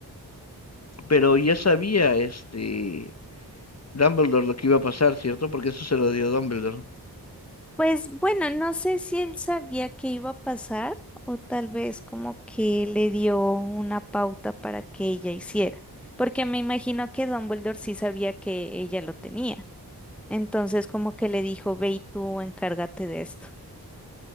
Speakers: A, on the left; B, in the centre.
A: pero ya sabía este Dumbledore lo que iba a pasar, ¿cierto? Porque eso se lo dio Dumbledore.
B: Pues bueno, no sé si él sabía que iba a pasar o tal vez como que le dio una pauta para que ella hiciera, porque me imagino que Dumbledore sí sabía que ella lo tenía. Entonces como que le dijo, ve y tú encárgate de esto.